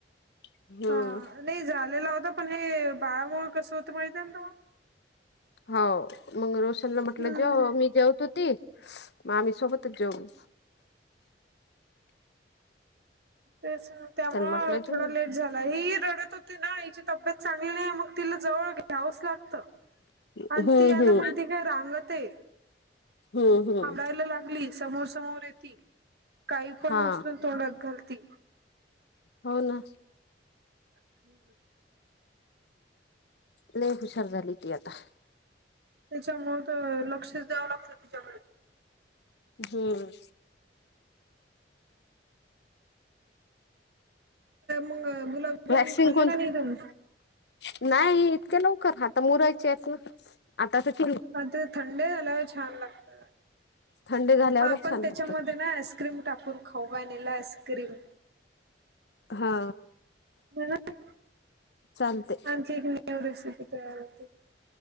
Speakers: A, on the left; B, on the right.
A: हम्म
B: हा नाही झालेला होता पण हे बाळामुळे कसं होतं माहिित आहे त
A: हो मग रोशनला म्हटलं
B: हम्म,
A: जे मी जेवतो. मामी सोबतच जाेऊन.
B: ते त्यामु
A: त्याला म्हटलं
B: थोडा
A: जेव
B: लेट झाला ही रडत हो. ना यािची तब्येत चांगली नाही, मग तिला जवळ घ्या. लात आणि
A: हम्म
B: ती आता
A: हम्म
B: माहिती काय रांगत आहे.
A: हम्म हम्म
B: हांमलायला लागली समोर समोर येतती, काही पण
A: हा
B: उसून तोंडात घालती.
A: हो ना.
B: ह् <inaudible>
A: ले हुशार झालितयता.
B: त्याच्यामु लक्षच द्यावं लागत त्याच्यामुळे.
A: हम्म.
B: मग गुलाबजामुन
A: वॅक्सिंग
B: खाल्ले
A: कोण
B: का नाही त्याण
A: नाही इतक्या लवकर, आता मोरायचे आहेत, ना आता कि
B: अ ते थंडे झाल्यावर छान लागत,
A: थंड झाल्यावरच
B: आपण
A: छान
B: त्याच्यामध्ये
A: लागतात
B: ना आईस्क्रीम. टापून खववा नाहीला आइस क्रीम.
A: हा.
B: मला
A: चालते
B: आणखी एक नेव रेसिपी तयार होती.